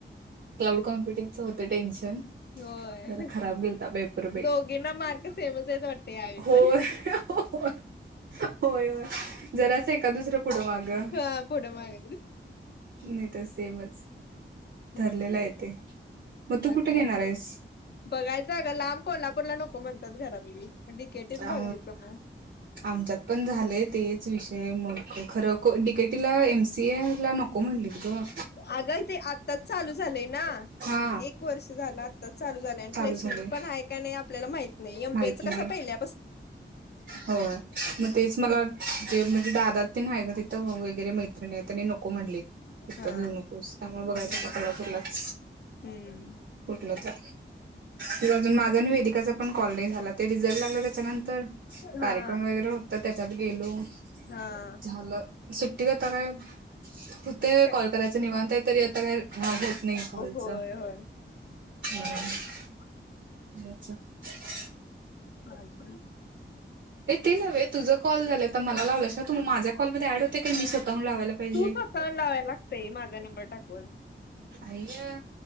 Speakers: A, on the right; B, on the left.
A: क्लाउड कॉम्प्युटिंगच होतं टेन्शन.
B: होय
A: जरा खराब गेलता पेपर बाई
B: दोघींना मार्क सेमच आहेत वाटतं यावेळी
A: होय
B: पण.
A: होय, होय जरा अस एका दुसरं पुढ मागं!
B: हा पुढं माग
A: नाही तर सेमच.
B: हं
A: ठरलेलं आहे ते तू
B: मग
A: कुठे
B: काय
A: घेणार आहेस
B: बघायचं गं लांब कोल्हा पर ला नको म्हणतात घरातली. डीकेटीच
A: अ
B: बघायचं मग
A: आमच्यात पण झालेय तेच विषय मग खरं को डीकेटीला, एम सी ए ला नको म्हंनलीत गं!
B: अगं ते आत्ताच चालू झालंय ना.
A: हा
B: एक वर्ष झालं आत्ताच चालू झालंय, आणि
A: चालू
B: प्लेसमेंट
A: झालय
B: पण आहे का नाही आपल्याला माहित नाही एम
A: माहित
B: बी ए चं
A: नाही
B: कसं पहिल्या
A: होय, म तेच मला जे म्हजे दादा तेन हाय ना तिथं म वैगरे मैत्रीणी आहेत तेनी नको म्हणले. इतं
B: हा
A: बी घेऊ नकोस त्यामुळे बघायचं
B: हम्म
A: आता कोल्हापूरलाच
B: हम्म
A: कुटलं तर. तिला आजून माझं आणि वेदिकाचं पण कॉल नाही झाला ते रीज जायला लागलं त्याच्यानंतर कार्यक्रम
B: हा
A: वगैरे होतात. त्याच्यात गेलो
B: हा
A: झालं. सुट्टी गत ता काय हुतय वय
B: काय
A: कॉल करायचं निवांतय तरी
B: हो
A: आता काही लाभ होत नाही कॉलचा.
B: होय होय
A: हम्
B: <inaudible>
A: <unintelligible>
B: चालतंय
A: ए ते न्हवे तुझ कॉल झाल्या त मला लावलासा तूमी माझ्या कॉलमध्ये ऍड होतय का मि स्वतः हुन लावायला पाहिजे.
B: तू स्वतःहून लावायला लागतंय <unintelligible>
A: अय्या,